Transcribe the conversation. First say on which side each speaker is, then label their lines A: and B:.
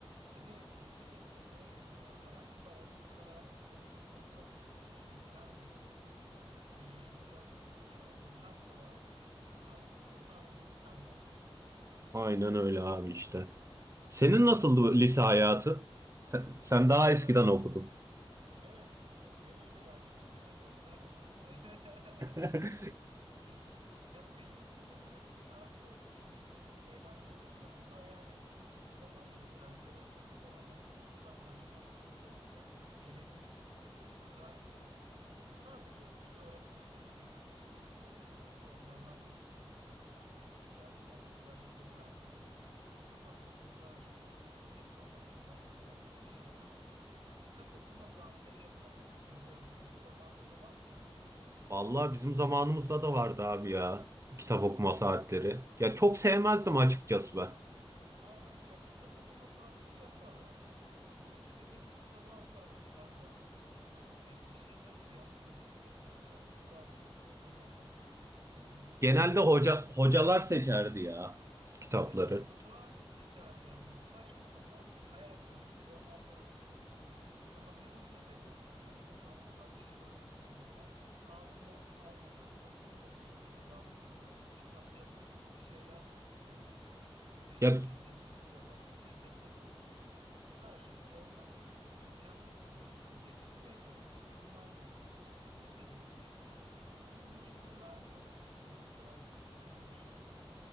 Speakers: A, on the right (about 65°); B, on the right (about 30°).
A: Evet lisede falan öyleydi ya. Herhangi bir aldığın kararın sorumluluğunu o kadar tek başına yüklenmiyordun yani. Ama yaşın ilerledikçe aldığın her kararın karşısında sadece sen varsın.
B: Aynen öyle abi işte. Senin nasıldı
A: Ben de.
B: bu lise hayatı? Sen, sen
A: Benim
B: daha
A: lise
B: eskiden okudun.
A: Evet, ya beni öyle yaşlı gibi de gösterme tabii de. <laughs>
B: <laughs>
A: Ya benim lise dönemim güzeldi. Okuduğum lise çok eğlenceliydi. Hatta yani o zaman bile serseri olmamıza rağmen hiç okuldan kaçmazdık. Çünkü okulda çok eğlenirdik yani böyle güzeldi. Sadece okulda öğrettikleriyle ilgili sıkıntılarımız vardı. Onlardan çok sıkılırdık mesela. Derslerde özellikle felsefe derslerinde biz farklı konular açmak isterdik. Hep ama bir baskı vardı, bir şey vardı. Kitap okuma saatleri yaparlardı. Bilmiyorum sizin zamanınızda var mıydı o?
B: Vallahi bizim zamanımızda da vardı abi ya kitap okuma saatleri. Ya çok sevmezdim
A: Kitap okuma,
B: açıkçası ben.
A: aynen. Ya kitap okuma saatleri yaparlardı. Ama istediğimiz kitabı asla okutmazlardı. Yani bir şeylere uyanmayalım diye mi, bir baskı var diye mi, neden anlamıyorum. Yani hiçbir zaman ist
B: Genelde
A: yani bir dost
B: hoca
A: istiyor
B: hocalar
A: okutmazlardı.
B: seçerdi ya kitapları.
A: Evet evet hocalar seçerdi yani böyle saçma sapan hayalperest romanlar okuturlardı. Ama bir Rus edebiyatından şuradan buradan bir şeyler okuduğun zaman aa bunu almasak mı? Bunu okul müfredatında da yok. Bu kitap yasak gibi şeyler olurdu yani. Düşünceyi
B: Ya
A: yasaklıyorlar. Lise zamanındasın. Her şeyi görmen gerekiyor ve kendi süzgecinden geçirip en doğrusunu bulman gerekiyor. Lisedesin çünkü. Ama buna izin vermiyorlardı. Bu mesela çok kötü bir şeydi.